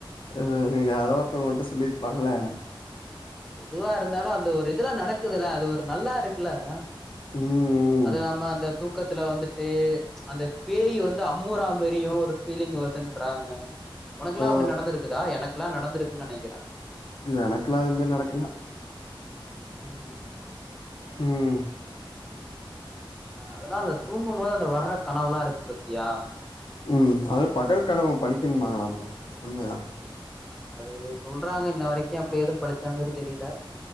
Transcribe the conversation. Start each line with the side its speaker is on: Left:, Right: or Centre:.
Left: அ யாரோ ஒருத்தவ்ங்க ஓன்ட்ட சொல்லிருப்பாங்கள
Centre: எதுவா இருந்தாலு அந்த ஒரு இதுல நடக்குதுல அது ஒரு நல்லா இருக்குல்ல அ
Left: ம்
Centre: அது நாம அந்த தூக்கத்துல வந்துட்டு அந்த பேய் வந்து அம்மூறா மரியு ஒரு ஃபீலிங் வருதுன்றாங்க ஒனக்குலா
Left: ஆ
Centre: அப்டி நடந்துருக்குதா என க்லா நடந்துருக்குன் நெனக்கிறே
Left: எனக்லா எதுவ்மே நடக்கல
Centre: ம் ம் ம்
Left: ம்
Centre: ஆ அதுனால தூ ங்கும்போது அந்த வர கனவுலா இருக்கு பத் தியா
Left: ம் அது பகல் கனவு பழிக்கும்பாங்களாம்ல உண்மயா?
Centre: அது சொல்றாங்க இன்ன வரைக்கு அப்டி எது பழுச்சா மாரி தெரியில